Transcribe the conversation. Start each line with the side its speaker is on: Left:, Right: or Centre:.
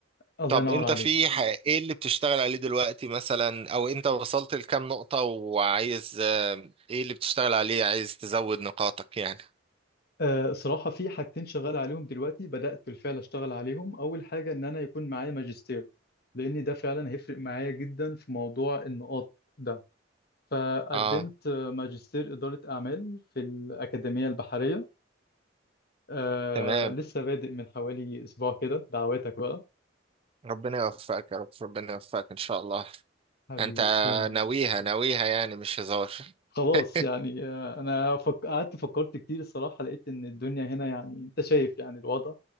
Left: الله
Right: طب
Left: ينور
Right: انت
Left: عليك
Right: في ح- ايه اللي بتشتغل عليه دلوقتي مثلا او انت وصلت لكام نقطه وعايز آه، ايه اللي بتشتغل عليه عايز تزود نقاطك يعني
Left: آه، صراحة في حاجتين شغال عليهم دلوقتي بدأت بالفعل أشتغل عليهم أول حاجة إن أنا يكون معايا ماجستير لأن ده فعلا هيفرق معايا جدا في موضوع النقاط ده فقدمت
Right: اه
Left: ماجستير إدارة أعمال في الأكاديمية البحرية آه
Right: تمام
Left: لسه بادئ من حوالي أسبوع كده دعواتك بقى
Right: ربنا يوفقك يا رب ربنا يوفقك ان شاء الله
Left: حبيبي
Right: انت
Left: تسلم
Right: ناويها ناويها يعني مش هزار
Left: خلاص
Right: <laughs>
Left: يعني آه أنا فك... قعدت فكرت كتير الصراحة لقيت إن الدنيا هنا يعني أنت شايف يعني الوضع